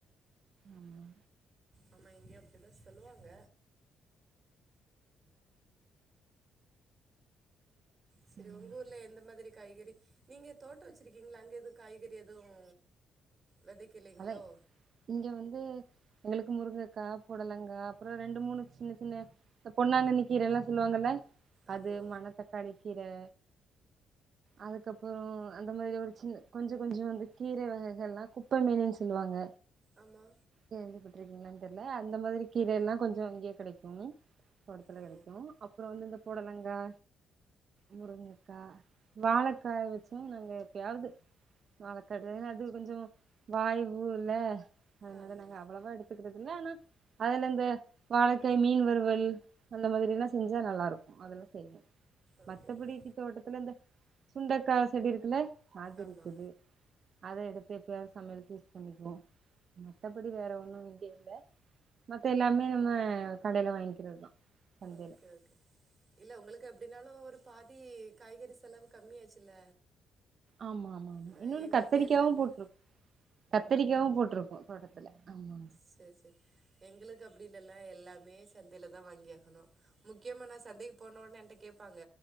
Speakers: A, on the right (about 50°); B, on the right (about 35°).
A: உம்
B: ஆமா இங்கயு அப்டிதா சொல்லுவாங்க செரி
A: ம்
B: உங்கூர்ல எந்த மாதிரி காய்கறி நீங்க தோட்டோ வெச்சுருக்கீங்களா அங்கே எதுவு காய்கறி எதுவு விதைக்கலைங்களோ
A: அதா இங்க வந்து எங்களுக்கு முருங்கைக்கா புடலங்கா அப்புற ரெண்டு மூணு சின்ன சின்ன இந்த பொன்னாங்கண்ணி கீரை எல்லா சொல்லுவாங்கல்ல
B: ஆமா
A: அது மணத்தக்காளி கீரை அதுக்கப்புற அந்த மாதிரி ஒரு சின்ன கொஞ்ச கொஞ்ச வந்து கீரை வகைகள்லா கு குப்ப மேனின்னு சொல்லுவாங்க
B: ஆமா
A: கேள்ப்பட்டிருக்கீங்களான்னு தெர்ல அந்த மாதிரி கீரை எல்லாம் கொஞ்சோ அங்கேயே கிடைக்கும் தோட்டத்துல
B: ஓ
A: கிடைக்கும் அப்புறம் வந்து இந்த பொடலங்கா முருங்கக்கா வாழக்காய வச்சும் நாங்க எப்பயாது வாழக்கடுன்னு அது கொஞ்சோ வாய்வு இல்ல அதனால
B: ஆமா
A: நாங்க அவ்ளோவா எடுத் இருக்கறது இல்ல ஆனா அதுல இந்த வாழைக்கை மீன் வறுவல் அந்த மாதிரல்லா செஞ்சா நல்லாருக்கு அதெல்லா செய்வே
B: ஓகே
A: மத்தபடிக்கு
B: ஓகே
A: தோட்டத்துல இந்த சுண்டக்கா செடி இருக்குல்ல அது
B: ஆமா
A: இருக்குது அத எடுத்து எப்பயாவது சமையலுக்கு யூஸ் பண்ணிக்குவோ மத்தபடி வேற ஒண்ணு மத்த எல்லாமே நம்ம கடையில வாங்கிக்கிறதுதா சந்தையில
B: ஓகே ஓகே இல்ல உங்களுக்கு எப்டின்னாலு ஒரு பாதி காய்கறி செலவு கம்மியாச்சுல்ல
A: ஆமா ஆமா
B: அஹ்
A: இன்னொன்னு
B: எங்களுக்கு
A: கத்திரிக்காவும
B: எல்லாமே
A: போட்டிரு கத்திரிக்காவும் போட்டிருக்கு தோட்டத்துல ஆமா
B: சேர் சேர் எங்களுக்கு அப்டி இல்லல்ல எல்லாமே சந்தையில தா வாங்கி ஆகணு முக்கியமா நா சந்தைக்கு போன உடனே என்ட்ட கேட்பாங்க